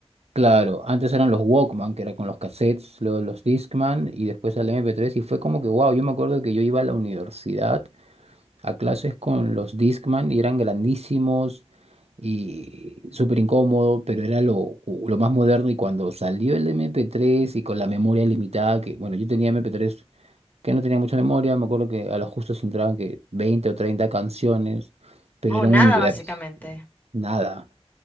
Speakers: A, on the right; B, on the left.
A: claro, antes eran los Walkman, que era con los cassettes, luego los Discman y después al MP3 y fue como que, wow, yo me acuerdo que yo iba a la universidad a clases con los Discman y eran grandísimos y súper incómodo, pero era lo, lo más moderno y cuando salió el MP3 y con la memoria limitada, que bueno, yo tenía MP3 que no tenía mucha memoria, me acuerdo que a lo justo se entraban que 20 o 30 canciones, pero
B: O
A: era un
B: nada,
A: universo,
B: básicamente.
A: nada,